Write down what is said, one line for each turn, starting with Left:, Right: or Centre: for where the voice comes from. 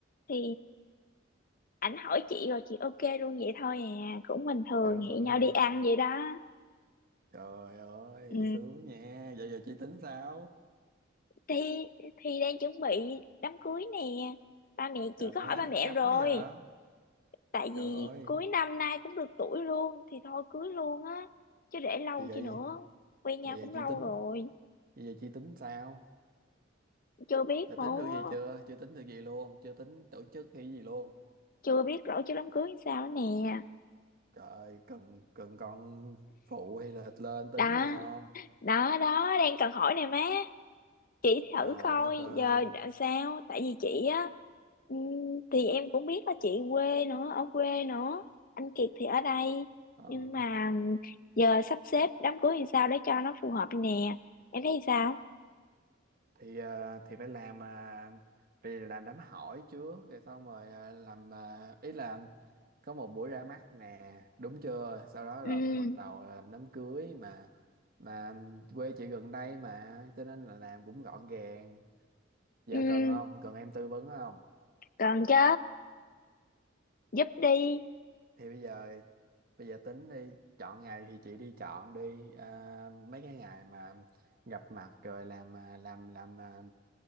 Left: Thì ảnh hỏi chị rồi chị ok luôn vậy thôi à. Cũng bình thường
Right: trời đất
Left: hẹn
Right: ơi
Left: nhau đi ăn vậy đó.
Right: trời ơi
Left: Ừ,
Right: sướng nha vậy giờ chị tính sao
Left: thì thì đang chuẩn bị đám cưới nè. Ba mẹ chị
Right: trời má
Left: có hỏi ba mẹ
Right: gấp
Left: rồi.
Right: quá vậy
Left: tại vì
Right: trời ơi
Left: cuối năm nay cũng được tuổi luôn thì thôi cưới luôn á chứ để lâu
Right: vậy giờ
Left: chi nữa
Right: gì
Left: quen nhau
Right: vậy giờ
Left: cũng
Right: chị
Left: lâu
Right: tính
Left: rồi
Right: vậy giờ chị tính sao
Left: chưa biết
Right: đã tính
Left: nữa
Right: được gì chưa chưa tính được gì luôn chưa tính tổ chức hay gì luôn
Left: chưa biết rõ chứ đám cưới làm sao nữa nè
Right: Trời, cần cần con phụ hay là lên tính
Left: đó
Right: gì không?
Left: đó đó đang cần hỏi nè má chị thử
Right: Trời
Left: coi
Right: đất ơi.
Left: giờ làm sao tại vì chị á ừm, thì em cũng biết là chị quê nữa ở quê nữa anh Kiệt thì ở đây
Right: Ờ,
Left: nhưng mà giờ sắp xếp đám cưới thì sao để cho nó phù hợp nè em thấy sao
Right: thì ờ, thì phải làm à, vì làm đám hỏi trước rồi xong rồi à, làm à, ý là có một buổi ra mắt nè, đúng chưa? Sau đó
Left: ừ
Right: rồi mới bắt đầu là làm đám cưới mà mà quê chị gần đây mà cho nên là làm cũng gọn gàng. Giờ
Left: ừ
Right: cần không? Cần em tư vấn không?
Left: Cần chứ, giúp đi.
Right: Thì bây giờ Bây giờ tính đi chọn ngày thì chị đi chọn đi à, mấy cái ngày mà gặp mặt rồi làm à, làm làm à,